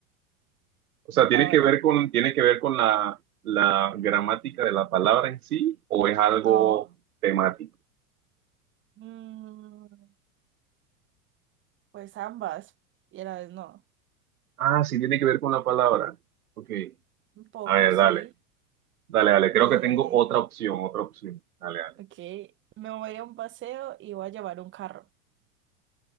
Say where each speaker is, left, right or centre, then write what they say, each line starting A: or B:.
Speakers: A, on the right; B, on the right.
A: O sea, ¿tiene
B: Ahora,
A: que ver con, tiene que ver con la, la gramática de la palabra en sí o es algo
B: no,
A: temático?
B: mm, pues ambas, y a la vez no.
A: Ah, sí, tiene que ver con la palabra. Ok.
B: Un poco
A: A ver,
B: sí.
A: dale. Dale, dale, creo
B: Eh,
A: que tengo otra opción, otra opción. Dale, dale,
B: ok, me voy a un paseo y voy a llevar un carro.